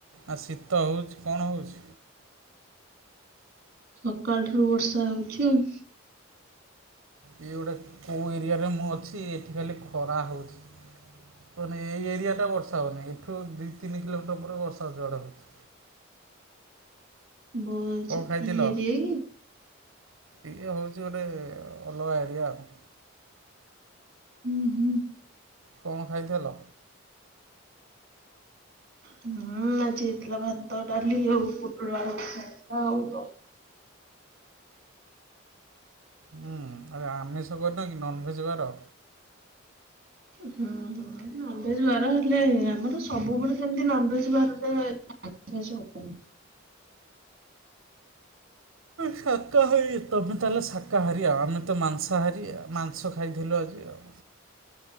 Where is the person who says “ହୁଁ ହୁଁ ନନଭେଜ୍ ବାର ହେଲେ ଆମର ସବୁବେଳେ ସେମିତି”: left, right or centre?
Right